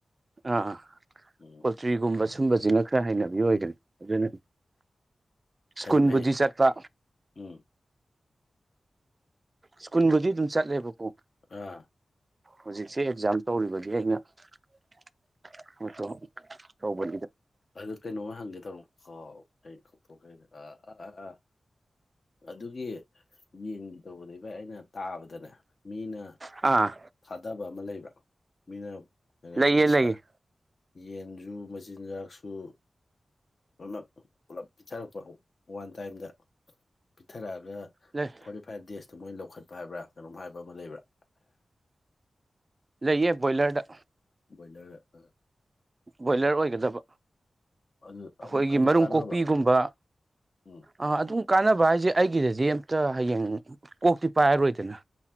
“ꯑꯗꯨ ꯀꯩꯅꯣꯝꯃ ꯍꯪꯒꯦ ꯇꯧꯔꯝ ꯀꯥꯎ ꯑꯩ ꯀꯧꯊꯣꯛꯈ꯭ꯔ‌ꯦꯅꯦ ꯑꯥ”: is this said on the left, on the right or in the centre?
Left